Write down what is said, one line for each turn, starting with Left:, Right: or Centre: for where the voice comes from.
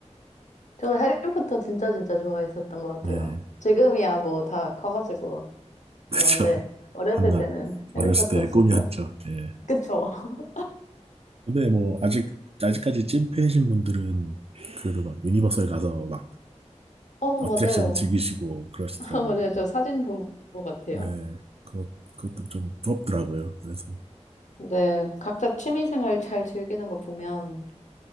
Left: 저도 해리포터 진짜 진짜 좋아했었던 것 같아요.
Right: 네
Left: 지금이야 뭐 다 커가지고.
Right: <laughs> 그쵸
Left: 그런데 어렸을
Right: 한낱
Left: 때는
Right: 어렸을
Left: 해리포터
Right: 때의
Left: 진짜.
Right: 꿈이었죠. 예.
Left: 그쵸? <laughs>
Right: 근데 뭐 아직 아직까지 찐팬이신 분들은 그래도 막 유니버설 가서 막
Left: 어,
Right: 어트랙션
Left: 맞아요.
Right: 즐기시고 그러시더라고요.
Left: <laughs> 맞아요. 저 사진 본 것 같아요.
Right: 네, 그것 그것도 좀 부럽더라고요. 그래서
Left: 근데 각자 취미 생활 잘 즐기는 거 보면